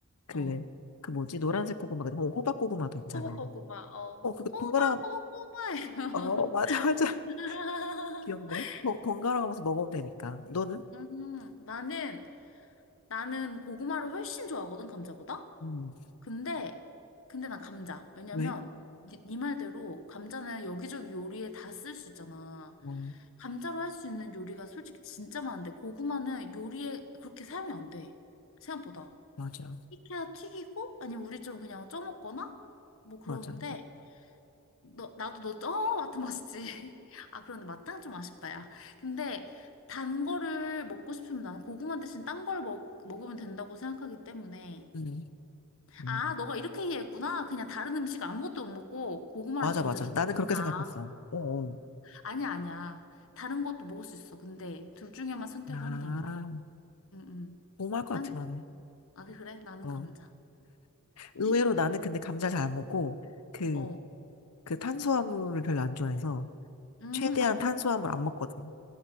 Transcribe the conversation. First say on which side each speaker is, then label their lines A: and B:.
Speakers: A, on the left; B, on the left.
A: 그,
B: 어.
A: 그 뭐지? 노란색 고구마가 아니라 호박 고구마도 있잖아.
B: 호박고구마, 어,
A: 어, 그거
B: 호박고구마예요.
A: 번갈아, 어, 맞아, 맞아. <laughs>
B: <laughs>
A: 귀엽네. 번, 번갈아 가면서 먹으면 되니까. 너는?
B: 음, 나는, 나는 고구마를 훨씬 좋아하거든, 감자보다?
A: 음,
B: 근데, 근데 난 감자. 왜냐면,
A: 왜?
B: 니, 니 말대로 감자는 여기저기 요리에 다 쓸 수 있잖아.
A: 어,
B: 감자로 할 수 있는 요리가 솔직히 진짜 많은데, 고구마는 요리에 그렇게 사용이 안 돼. 생각보다.
A: 맞아.
B: 익혀야 튀기고, 아니면 우리처럼 그냥 쪄먹거나? 뭐 그러는데,
A: 맞아.
B: 너, 나도 너, 어, 마트 맛있지. <laughs> 아, 그런데 마탕 좀 아쉽다, 야. 근데 단 거를 먹고 싶으면 나는 고구마 대신 딴 걸 먹, 먹으면 된다고 생각하기 때문에.
A: 음, 음.
B: 아, 너가 이렇게 이해했구나. 그냥 다른 음식 아무것도 못 먹고 고구마랑
A: 맞아,
B: 감자
A: 맞아.
B: 주.
A: 나는 그렇게
B: 아,
A: 생각했어. 어, 어.
B: 아니야, 아니야. 다른 것도 먹을 수 있어. 근데 둘 중에만 선택을
A: 아,
B: 한다면. 응, 응.
A: 너무할 것
B: 난,
A: 같아,
B: 그-
A: 나는.
B: 아, 그, 그래? 나는
A: 어.
B: 감자.
A: 의외로
B: <laughs>
A: 나는 근데 감자를 잘 안 먹고, 그,
B: 어.
A: 그 탄수화물을 별로 안 좋아해서,
B: 음,
A: 최대한
B: 아, 너,
A: 탄수화물
B: 그,
A: 안 먹거든.